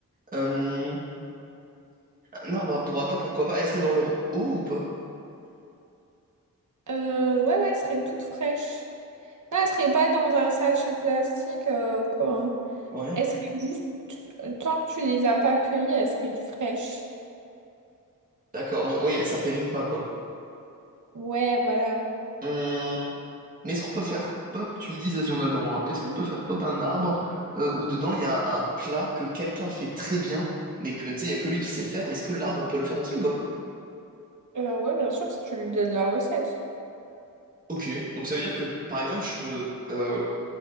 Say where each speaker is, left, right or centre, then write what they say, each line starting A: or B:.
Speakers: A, on the right; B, on the right.
A: Euh, un arbre à burrata, pourquoi pas? Elle serait dans leur eau ou pas?
B: Euh, ouais, ouais, elle serait toute fraîche. Ah, elle serait pas dans un sachet plastique euh, ou quoi. hein.
A: Ouais.
B: Elles seraient juste, tant que tu les as pas accueillies, elles seraient fraîches.
A: D'accord, donc oui, ça périme pas, quoi.
B: Ouais, voilà.
A: Hum, Mais est-ce qu'on peut faire pop, tu me dis si on a le droit, hein. Est-ce qu'on peut faire pop un arbre euh, où dedans il y a un plat que quelqu'un fait très bien, mais que tu sais, il y a que lui qui sait le faire, mais est-ce que l'arbre peut le faire aussi ou pas?
B: Euh, ouais, bien sûr, si tu lui donnes la recette.
A: Ok, donc ça veut dire que par exemple, je peux euh,